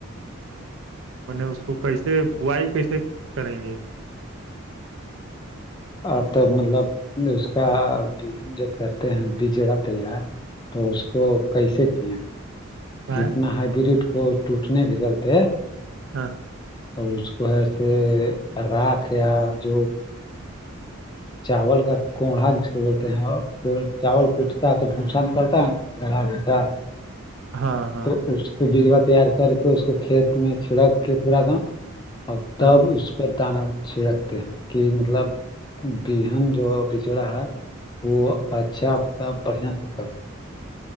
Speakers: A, on the right (about 65°); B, on the left (about 20°).
A: میں نے اس کو کیسے بوائی کیسے کریں گے
B: آ تو مطلب اس کا ہم جو کرتے ہیں بجڑت تیار تو اس کو کیسے کیا ہے
A: ہاں
B: کتنا ہائیبرڈ کو ٹوٹنے جلتے
A: ہاں
B: اس کو ہے سے رھ یا جو چاول کا کوڑھا جس کو بولتے ہیں چاول کوٹتا ہے تو بھوسا نکلتا ہے نا بلہ بسا
A: ہاں ہاں
B: تو اس کو بیجوا تیار کر کے اس کو کھیت میں چھڑک کے پورا ایک دم اب
A: ہاں
B: تب اس پر دانا چھڑکتے ہیں کہ مطلب بہان جو پچھڑا ہے وہ اچھا مطتاب بڑھیا سے کربے